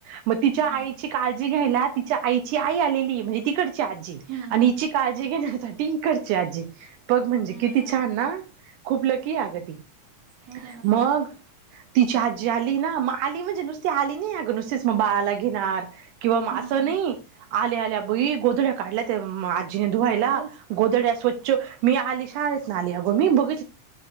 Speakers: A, on the right; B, on the right.
A: मग तिच्या,
B: हम्म
A: आईची काळजी घ्यायला, तिच्या आईची आई आलेली. म्हणजे ती करची आजी,
B: हम्म
A: आणििची काळजी घेण्यासाठी करची आजी. पग म्हणजे
B: हम्म
A: किती? छान ना खूप लकी अगं ती.
B: खरं ना
A: मग.. तिच्या आजी आली ना.. आली म्हणजे नुसती आली नाही अगं, नुसतीच मग बाळाला घेणार किंवा मग
B: हम्म
A: असं नाही आल्या आल्या ब.. गोधड्या काढल्या आजी ुवायला
B: बाई ग
A: गोधड्या स्वच्छ मी आली.. हत नाली अ ग म ब..